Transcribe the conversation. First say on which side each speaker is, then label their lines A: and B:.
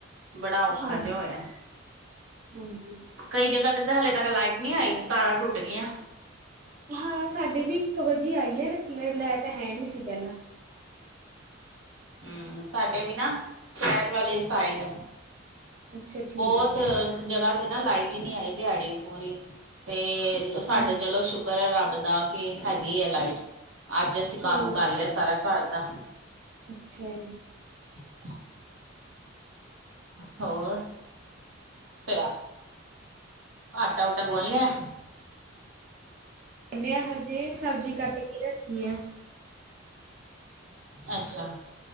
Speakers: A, on the right (about 80°); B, on the right (about 40°).
A: ਬੜਾ ਔਖਾ
B: ਹਾਂਜੀ,
A: ਜਿਹਾ ਹੋਇਆ।
B: ਹਾਂਜੀ।
A: ਕਈ ਜਗ੍ਹਾ ਤੇ ਹਲੇੇ ਤੱਕ ਲਾਈਟ ਨਹੀਂ ਆਈ, ਤਾਰਾਂ ਟੁਟ ਗੀਆਂ।
B: ਹਾਂ, ਸਾਡੇ ਵੀ ਇੱਕ ਵਜੇ ਆਈ ਏ, ਲੈਟ ਹੈ ਨੀ ਸੀ ਪਹਿਲਾਂ।
A: ਹੂੰ, ਸਾਡੇ ਵੀ ਨਾ, ਸ਼ਹਿਰ ਵਾਲੀ ਸਾਈਡ
B: ਅੱਛਾ ਠੀਕ
A: ਬਹੁਤ
B: ਹੈ,
A: ਜਗ੍ਹਾ ਤੇ ਨਾ ਲਾਈਟ ਈ ਨੀ ਆਈ ਦਿਹਾੜੀ ਪੂਰੀ, ਤੇ ਸਾਡੇ
B: ਹਾਂ
A: ਚਲੋ ਕਰ ਏ ਰੱਬ ਦਾ, ਕੀ ਹੈਗੀ ਆ ਲਾਈਟ, ਅੱਜ ਅਸੀਂ ਕੰਮ
B: ਚਲੋ
A: ਕਰ ਲਿਆ ਸਾਰਾ ਘਰ ਦਾ।
B: ਅੱਛਾ‌ ਜੀ।
A: <unintelligible> ਹੋਰ, ਪਿਆ ਆਟਾ-ਊਟਾ ਗੁੰਲ ਲਿਆ?
B: ਗੁੰਨਿਆ ਹਜੇ, ਸਬਜ਼ੀ ਕੱਟ ਕੇ ਰੱਖੀ ਐ।
A: ਅੱਛਾ।